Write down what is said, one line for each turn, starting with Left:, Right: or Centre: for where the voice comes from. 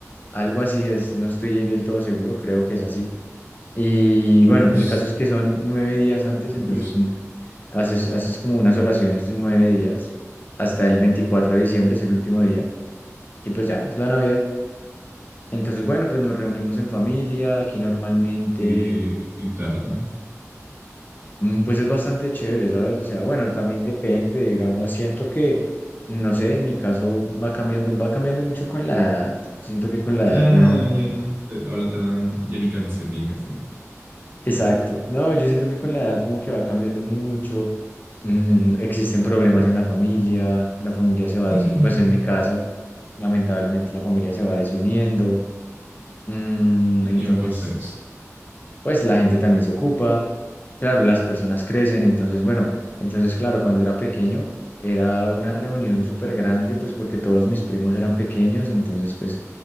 Left: algo así es, no estoy del todo seguro, creo que es así. Y
Right: ah,
Left: bueno,
Right: pues,
Left: el caso es que son nueve días antes,
Right: está
Left: entonces
Right: curioso.
Left: n- haces, haces como unas oraciones de nueve días hasta el 24 de diciembre, es el último día, y pues ya, es la Navidad. Entonces, bueno, pues nos reunimos en familia, aquí normalmente,
Right: Y, y tal, ¿no?
Left: mm, pues es bastante chévere, ¿sabes? O sea, bueno, también depende, digamos, siento que, no sé, en mi caso va cambiando, va cambiando mucho con la edad. Siento que con la
Right: Claro,
Left: edad uno
Right: ya, ya. Te- ahora te dan ya ni calcetines, ¿no?
Left: Exacto.
Right: <laughs>
Left: No, yo siento que con la edad como que va cambiando mucho. mm, existen problemas en la familia, la familia se va
Right: Sí,
Left: desuniendo. Pues en mi caso, lamentablemente la familia se va desuniendo. mm,
Right: el
Left: entonces,
Right: tiempo hace eso.
Left: pues la gente también se ocupa. Claro, las personas crecen. Entonces, bueno, entonces, claro, cuando era pequeño era una reunión súper grande, pues porque todos mis primos eran pequeños. Entonces, pues